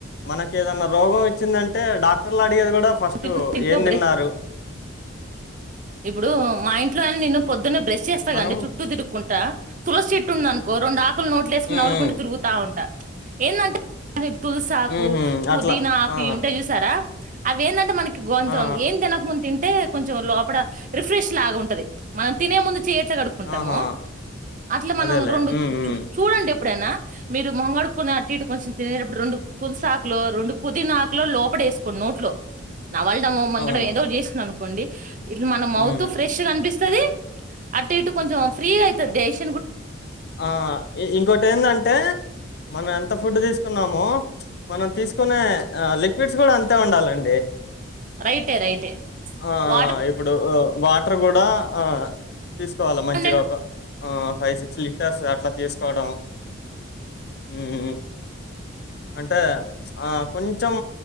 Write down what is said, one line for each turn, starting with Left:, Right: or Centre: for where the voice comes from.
Left: మనకి ఏదన్నా రోగం వచ్చింది అంటే డాక్ అడిగేది కూడా ఫస్ట్
Right: తిరుపతి ఇంట్లో
Left: ఏం
Right: బ్రె
Left: తిన్నారు
Right: ఇప్పుడు మా ఇంట్లో అ నిన్ను పొద్దు బ్రష్ చేస్తాం
Left: మనం
Right: చుట్ూ తిక్కుం కుంట తులసిీటు అనుకో రెండు ఆక్ నోట్లుేసుకుని
Left: ఉమ్
Right: నవలుకుంటూ
Left: ఉమ్
Right: తరుగుతా ఉంటా ఏందీ అంటే అదే తులస ఆకు
Left: ఉహు
Right: పుదీనాకు
Left: అట్లా ఆ
Right: ఇవి ఉంటయి చూసారా అవి ఏంటంటే మనకి గోంజాంగ్
Left: ఆ ఆ
Right: ఏన్ తనక ముందు తింటే కొంచెం లోపల రిఫ్రెష్ లాగా ఉంటది మనం తినే ముందు చెయ్ ఎట్లకాడుకుంటామో
Left: ఆహా
Right: అట్లా మనం
Left: అదేలే
Right: రొండు
Left: ఉమ్ ఉమ్
Right: చూడండి అప్పుడేనా మీరు మొహం కడుక్కున్నాక అటు ఇటు కొంచెం తినేటప్పుడు రెండు తులి సాకులో రెండు పుదీనా ఆకు లోపల వేసుకోండి నోట్లో నమలడమో మింగడం
Left: అవును
Right: ఏదో ఒకటి చేస్తుంనాను కోండి ఇట్లా మన మౌత్
Left: ఉమ్
Right: ఫ్రెష్ గా అనిపిస్తది ది అటు ఇటు కొంచెం ఫ్రీగా అయితది దేష్
Left: ఆ ఇంకోొటి ఏందంటే మనం ఎంత ఫుడ్ తీసుకున్నామో మనం తీసు చూసుకునే లిక్విడ్స్ కూడా అంతే ఉండాలండి
Right: రైటే రైటే
Left: ఆ
Right: వాటర్
Left: ఇప్పుడు ఇప్పుడు వాటర్ కూడా ఆ తీసుకోవాలా మంచిగా
Right: కంటెంట్
Left: ఒక ఆ ఫైవ్ సిక్స్ లీటర్స్ అట్లా తీసు తీసుకోడం ఉమ్ అంటే ఆ కొంచెం